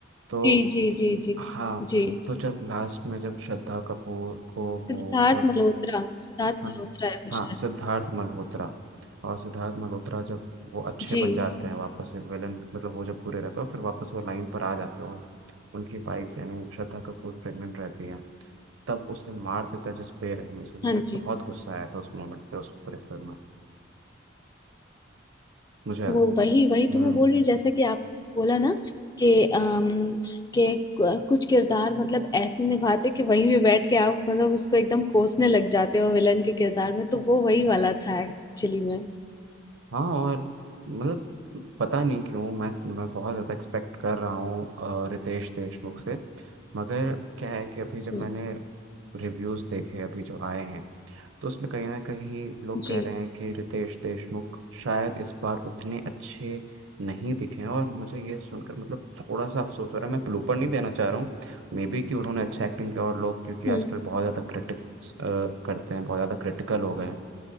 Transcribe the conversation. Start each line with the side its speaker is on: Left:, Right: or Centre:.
Right: तो
Left: जी जी जी जी
Right: हाँ
Left: जी
Right: तो जब लास्ट में जब श्रद्धा कपूर को वो
Left: सिद्धार्थ
Right: जब
Left: मल्होत्रा सिद्धार्थ
Right: हाँ
Left: मल्होत्रा है वो
Right: हाँ
Left: शायद
Right: सिद्धार्थ मल्होत्रा और सिद्धार्थ मल्होत्रा जब वो अच्छे
Left: जी
Right: बन जाते हैं वापस से विलन मतलब वो जब बुरे रहते हैं फिर वापस वो लाइन पर आ जाते हैं उनकी उनकी वाइफ यानी श्रद्धा कपूर प्रेग्नेंट रहती है तब उसे मार देता है जिस बेरहमी से
Left: हाँ
Right: मुझे
Left: जी
Right: बहुत गुस्सा आया था उस मोमेंट पे उस पूरे फिल्म में मुझे
Left: वो वही
Right: हम्म
Left: वही तो मैं बोल रही हूँ जैसे कि आप बोला ना कि अम कि क- कुछ किरदार मतलब ऐसे निभाते कि वहीं पे बैठ के आप मतलब उसको एकदम कोसने लग जाते हो विलन के किरदार में तो वो वही वाला था एक्चुअली में
Right: हाँ और मतलब पता नहीं क्यों मैं मैं बहुत ज़्यादा एक्सपेक्ट कर रहा हूँ अ, रितेश देशमुख से मगर क्या है कि अभी जब
Left: हम्म,
Right: मैंने रिव्यूज़ देखे अभी जो आए हैं तो उसमें कहीं ना कहीं लोग
Left: जी
Right: कह रहे हैं कि रितेश देशमुख शायद इस बार उतने अच्छे नहीं दिखे हैं और मुझे ये सुनकर मतलब थोड़ा सा अफसोस हो रहा है मैं प्लूपर नहीं देना चाह रहा हूँ मे बी कि उन्होंने अच्छा एक्टिंग किया और लोग क्योंकि आजकल
Left: हाँ
Right: बहुत ज़्यादा क्रिटिक्स करते हैं बहुत ज़्यादा क्रिटिकल हो गए हैं